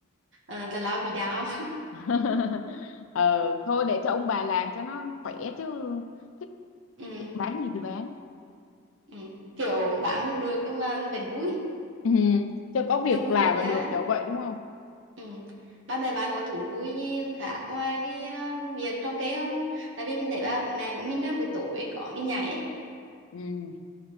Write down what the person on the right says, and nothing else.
uh, tào lao bị đau
<laughs> ừ,
ừ. kiểu bán không được nhưng mà vẫn vui
niềm vui
tuổi già
Ừ. Ba mẹ bạn có thú vui gì khác ngoài cái à, việc trồng cây không? Tại vì mình thấy ba mẹ của mình á, buổi tối có đi nhảy ấy.